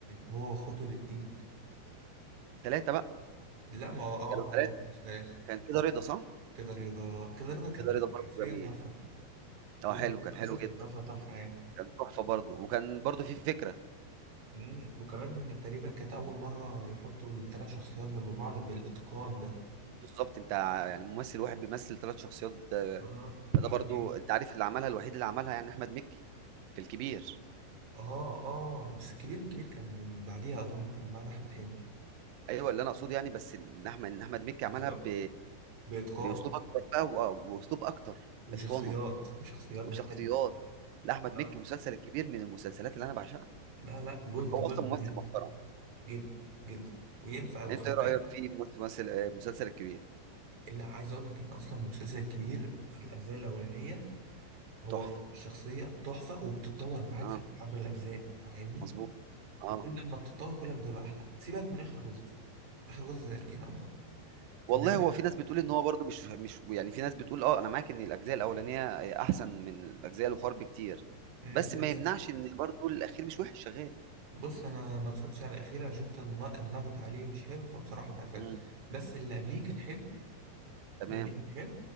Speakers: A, on the right; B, on the right.
A: هو وأخواته الاتنين
B: ثلاثة بقى
A: لا ما هو- اه
B: كانوا
A: هو
B: ثلاثة
A: وأخواته تلاتة
B: كان كده رضا صح؟
A: كده رضا كده رضا كان
B: كده رضا
A: حرفيا
B: برضه جميل
A: طفرة كده
B: اه حلو
A: رضا
B: كان
A: كذا
B: حلو
A: كان
B: جدا
A: طفرة طفرة يعني
B: كان تحفة برضه وكان برضه في فكرة
A: مم. وكمان تقريبا كانت أول مرة يحطوا التلات شخصيات جنب بعض بالإتقان ده
B: بالظبط انت ع- يعني ممثل واحد بيمثل ثلاث شخصيات آه،
A: اه
B: فده
A: حرفيا
B: برضه انت عارف اللي عملها الوحيد اللي عملها يعني أحمد مكي في الكبير
A: اه اه بس الكبير الكبير كان من بعديها أظن كان بعد أحمد حلمي
B: ايوه اللي انا اقصده يعني بس ان احمد ان احمد مكي
A: بالظبط
B: عملها ب...
A: بإتقان
B: باسلوب اكبر بقى و- واسلوب اكتر
A: وشخصيات
B: اتقانا
A: وشخصيات
B: وشخصيات
A: مختلفة
B: لاحمد
A: آه.
B: مكي مسلسل الكبير من المسلسلات اللي انا بعشقها
A: لا لا جولد
B: هو
A: جولد
B: اصلا ممثل
A: بجد
B: محترم
A: جدا جدا وينفع وخلي
B: انت ايه
A: بالك
B: رايك في ممثل مسلسل آه، مسلسل الكبير
A: لا عايز اقول لك ان اصلا المسلسل الكبير في الاجزاء الاولانية هو
B: تحفه
A: الشخصية تحفة وبتتطور معاك
B: اه
A: في عبر الاجزاء فاهمني
B: مظبوط
A: وكل
B: اه
A: ما تتطور كل ما تبقى احلى سيبك من اخر جزء اخر جزء نركينا على جنب
B: والله
A: انما
B: هو في ناس بتقول ان هو برضه مش مش يعني في ناس بتقول اه انا معاك ان الاجزاء الاولانيه آه، احسن من الاجزاء الاخرى بكتير
A: مم،
B: بس
A: لا
B: ما
A: بس
B: يمنعش ان برضه الاخير مش وحش شغال
A: بص انا ما اتفرجتش على الاخير انا شفت الن- النقد عليه مش حلو فبصراحة اتقفلت
B: امم
A: بس اللي قبليه كان حلو
B: تمام
A: اللي قبليه كان حلو